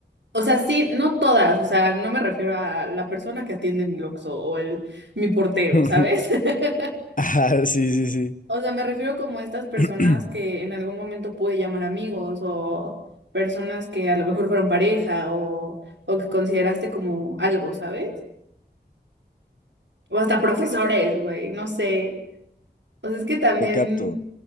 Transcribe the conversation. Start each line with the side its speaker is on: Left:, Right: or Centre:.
Right: o sea, sí, no todas, o sea, no me refiero a la persona que atiende mi Oxxo o el mi portero,
Left: <laughs>
Right: ¿sabes? <laughs>
Left: Ah, sí, sí,
Right: O sea, me refiero como a estas personas
Left: sí.
Right: que en algún momento pude llamar amigos o personas que a lo mejor fueron pareja o, o que consideraste como algo, ¿sabes? O hasta profesores, güey, no sé. O sea, es que
Left: <clears throat>
Right: también,
Left: Te capto.